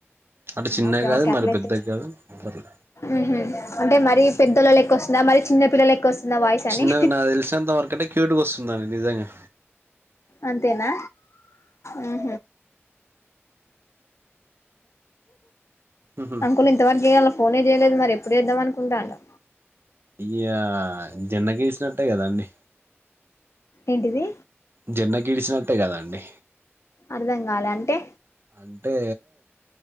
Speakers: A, on the right (about 55°); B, on the left (about 80°).
A: అటు చిన్నవి
B: ఓకే
A: కాదు
B: ఓకే అట్లయితే
A: మరి పెద్ద కాదు పర్లే
B: ఉహు అంటే మరి పెద్దళ్ళ లెక్క వస్తుందా మరి చిన్న పిల్ల లెక్క వస్తుందా వాయిస్ అని
A: చిన్నగా నా తెలిసినంత వరకంటే క్యూట్కి వస్తుందండి నిజంగా
B: అంతేనా ఆహ
A: ఉహు
B: అంకులు ఇంతవరకు చేయాల ఫోనే చేయలేదు మరి ఎప్పుడు చేద్దాం అనుకుంటల్లో
A: ఇగా జన్మ కి వేసినట్టే కదాండి
B: ఏంటిది
A: జెన్మకి గీడిచినట్టే కదాండి
B: అర్ధం కాలే అంటే
A: అంటే